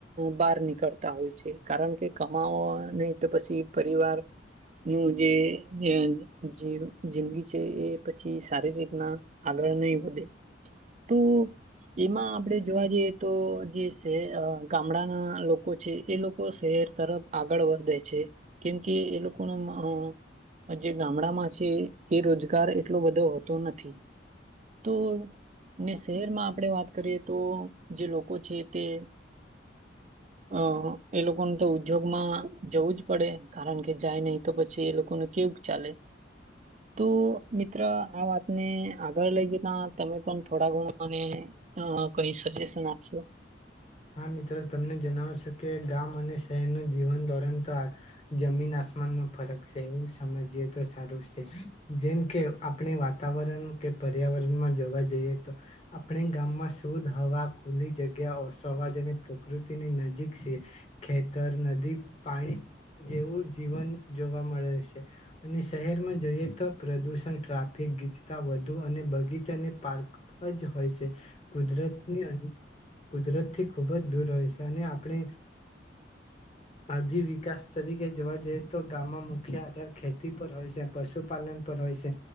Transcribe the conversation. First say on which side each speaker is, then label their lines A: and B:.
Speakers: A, on the right; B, on the left.
A: બહાર નીકળતા હોય છે, કારણ કે કમાવવા નહીં તો પછી પરિવારનું જે અહ જે જિંદગી છે એ પછી સારી રીતના આગળ નહી વધે. તો એમાં આપણેે જોવા જઈએ તો જે શહે અહ ગામડાના લોકો છે, એ લોકો શહેર તરફ આગળ વધે છે, કેમકે એ લોકોનો મહ જે ગામડામાં છે એ રોજગાર એટલો બધ તો હોતો નથી. તો ને શહેરમાં આપડે વાત કરીએ તો જે લોકો છે તે અહ એ લોકો ન તો ઉદ્યોગમાં જવું જ પડે કારણ કે જાય નહીં તો પછી એ લોકોને કેયૂ ચાલે તો મિત્ર આ વાતને આગળ લઈ જતા તમે પણ થોડા ઘણાને અહ કઈ સજેશન આપશો.
B: હા મિત્ર, તમને જણાવશે કે ગામ અને શહેરનું જીવન ધોરણ તોઆ જમીન આસ માન નો ફરક છે, એવું સમજીએ. તો સારું છે. જેમ કે આપણે વાતાવરણ કે પર્યાવરણમાં જોવા જઈએ તો આપણે ગામમાં શુદ્ધ હવા, ખુલ્લી જગ્યા, ઓશ અવાજ અને પ્રકૃતિની નજીક છે, ખેતર, નદી, પાણી જેવું જીવન જોવા મળે છે અને શહેરમાં જોઈએ તો પ્રદુષણ, ટ્રાફિક, ગીચતા વધુ અને બગીચા ને પાર્ક જ હોય છે, કુદરત ની અન કુદરત થી ખૂબ જ દૂર હોય છે અને આપણે આજી વિકાસ તરીકે જોવા જઈએ તો ગામમાં મુખ્ય આધાર ખેતી પર હોય છે, પશુપાલન પર હોય છે,